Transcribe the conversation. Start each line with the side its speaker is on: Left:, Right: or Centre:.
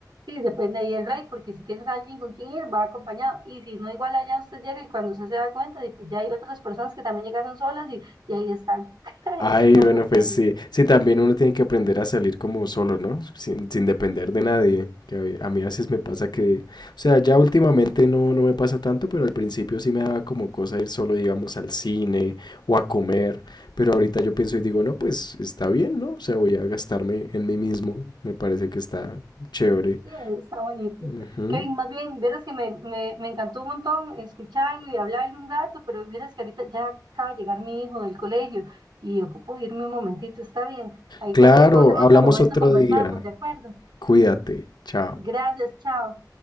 Right: Sí, depende ahí el ride, porque si tienes a alguien con quien ir, va acompañado. Y si no, igual allá usted llega y cuando usted se da cuenta, y pues ya hay otras personas que también llegaron solas y, y ahí están, <laughs> ahí
Left: Ay,
Right: están compartiendo.
Left: bueno, pues sí. Sí, también uno tiene que aprender a salir como solo, ¿no? Sin, sin depender de nadie. Que a ve- a mí a veces me pasa que, o sea, ya últimamente no, no me pasa tanto, pero al principio sí me daba como cosa ir solo, digamos, al cine o a comer. Pero ahorita yo pienso y digo, no, pues está bien, ¿no? O sea, voy a gastarme en mí mismo. Me parece que está chévere.
Right: Sí, está bonito.
Left: Ujú.
Right: Kevin, más bien, verás que me, me, me encantó un montón escucharlo y hablarle un rato, pero verás que ahorita ya acaba de llegar mi hijo del colegio y ocupo irme un momentito, está bien. Ahí
Left: Claro,
Right: cualquier cosa en
Left: hablamos
Right: otro momento
Left: otro
Right: conversamos,
Left: día.
Right: ¿de acuerdo?
Left: Cuídate. Chao.
Right: Gracias, chao.